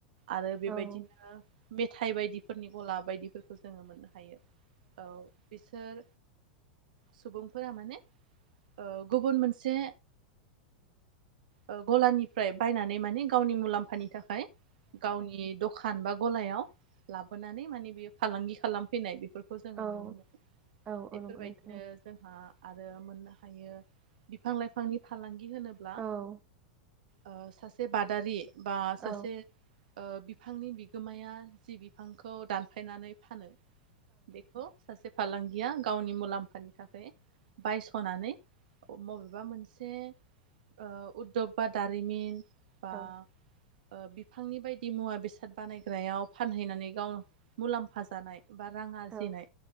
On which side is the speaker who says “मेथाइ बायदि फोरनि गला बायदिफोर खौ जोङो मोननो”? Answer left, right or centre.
Right